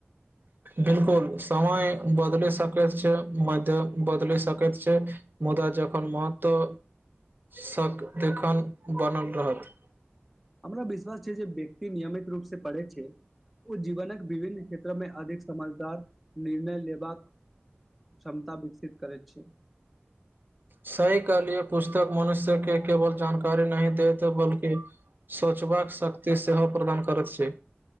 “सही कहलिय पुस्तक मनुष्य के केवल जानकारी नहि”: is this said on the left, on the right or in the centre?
Right